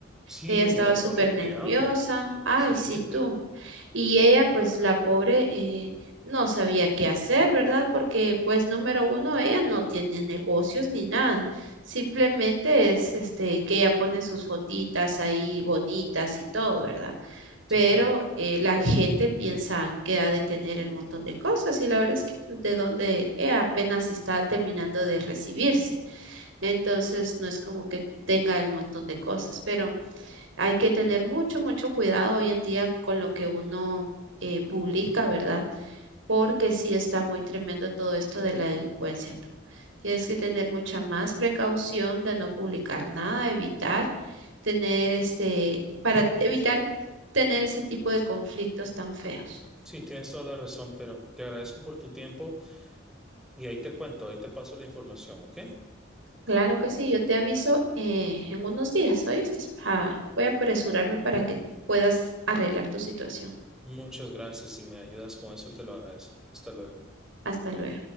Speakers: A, in the centre; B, on the right (about 70°).
A: Sí,
B: ella estaba
A: la forma
B: súper
A: en
B: nerviosa.
A: que hablan
B: Ay,
A: es horrible.
B: sí, tú. Y ella, pues la pobre, eh, no sabía qué hacer, ¿verdad? Porque, pues, número uno, ella no tiene negocios ni nada. Simplemente es, este, que ella pone sus fotitas ahí bonitas y todo, ¿verdad? Pero
A: Sí, claro.
B: eh, la gente piensa que ha de tener el montón de cosas y la verdad es que de donde ella apenas está terminando de recibirse. Entonces, no es como que tenga el montón de cosas, pero... Hay que tener mucho, mucho cuidado hoy en día con lo que uno eh, publica, ¿verdad? Porque sí está muy tremendo todo esto de la delincuencia. tú. Tienes que tener mucha más precaución de no publicar nada, evitar tener este, para evitar tener ese tipo de conflictos tan feos.
A: Sí, tienes toda la razón, pero te agradezco por tu tiempo y ahí te cuento, ahí te paso la información, ¿ok?
B: Claro que sí, yo te aviso eh, en unos días, ¿oíste? Ah, voy a apresurarme para que puedas arreglar tu situación.
A: Muchas gracias. Si me ayudas con eso, te lo agradezco. Hasta luego.
B: Hasta luego.